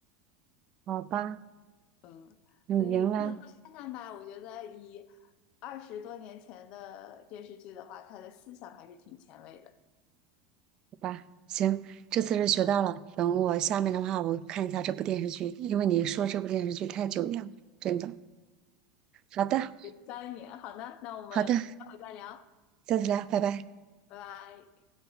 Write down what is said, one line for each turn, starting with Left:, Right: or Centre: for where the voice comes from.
Right: 好吧，
Left: 嗯，
Right: 你赢了。
Left: 所以你有空去看看吧，我觉得以二十多年前的电视剧的话，它的思想还是挺前卫的。
Right: 吧，行，这次是学到了。等我下面的话，我看一下这部电视剧，因为你说这部电视剧太久远了，真的。好的，
Left: 三年，好的，那我们下回再聊，
Right: 好的，下次聊，拜拜。
Left: 拜拜。